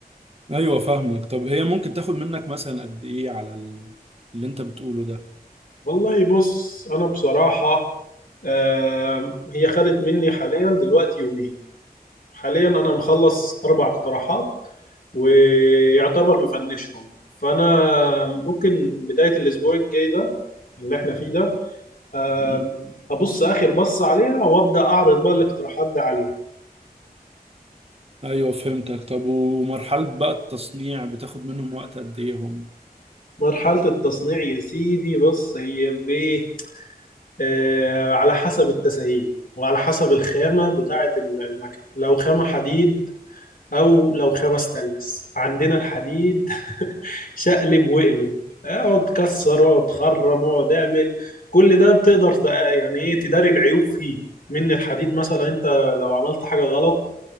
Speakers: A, on the right; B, on the left.
A: ايوه فاهمك طب هي ممكن تاخد منك مثلا قد ايه على ال- اللي انت بتقوله ده
B: والله بص انا بصراحة آم، هي خدت مني حاليا دلوقتي يومين حاليا انا مخلص اربع اقتراحات ويعتبر مفنشهم فانا ممكن بدايه الاسبوع الجاي ده اللي احنا فيه ده آه،
A: مم.
B: ابص اخر بص عليها وابدا اعرض بقى الاقتراحات ده عليه
A: ايوه فهمتك طب ومرحله بقى التصنيع بتاخد منهم وقت قد ايه هم
B: مرحله التصنيع يا سيدي بص هي بايه آه، على حسب التسهيل وعلى حسب الخامه بتاعه المكن لو خامه حديد او لو خمس تلس عندنا الحديد <laughs> شقلب واقلب اقعد كسر اقعد خرم اقعد اعمل كل ده بتقدر تق- يعني ايه تداري العيوب فيه من الحديد مثلا انت لو عملت حاجة غلط